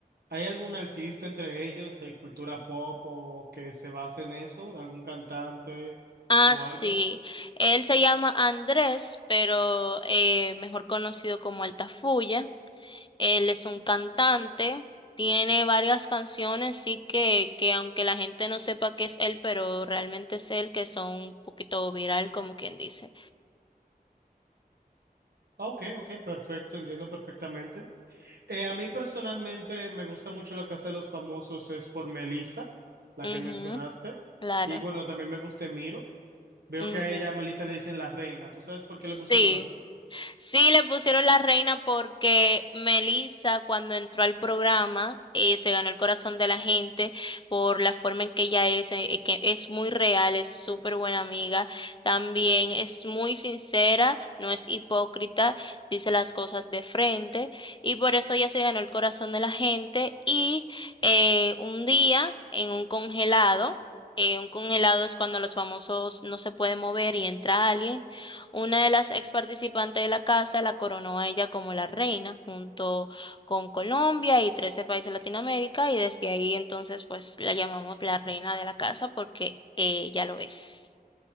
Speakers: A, on the right; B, on the left.
A: ¿hay algún artista entre ellos de cultura pop o que se base en eso? ¿Algún cantante
B: Ah,
A: o
B: sí,
A: alguien?
B: él se llama Andrés, pero eh, mejor conocido como Altafulla. Él es un cantante, tiene varias canciones, sí que, que aunque la gente no sepa que es él, pero realmente es él, que son un poquito viral, como quien dice.
A: Ah, Ok, ok, perfecto, entiendo perfectamente. Eh, a mí personalmente me gusta mucho la Casa de los Famosos, es por Melissa, la
B: Ujú,
A: que mencionaste.
B: claro.
A: Y bueno, también me gusta Miro. Veo
B: ujú.
A: que a ella, a Melissa le dicen la reina. ¿Tú sabes por qué
B: Sí.
A: le pusieron así?
B: Sí, le pusieron la reina porque Melissa, cuando entró al programa, eh, se ganó el corazón de la gente por la forma en que ella es, eh, que es muy real, es súper buena amiga, también es muy sincera, no es hipócrita, dice las cosas de frente y por eso ella se ganó el corazón de la gente y eh, un día en un congelado. eh, un congelado es cuando los famosos no se pueden mover y entra alguien. Una de las ex participantes de la casa la coronó a ella como la reina, junto con Colombia y 13 países de Latinoamérica, y desde ahí entonces pues la llamamos la reina de la casa porque ella lo es.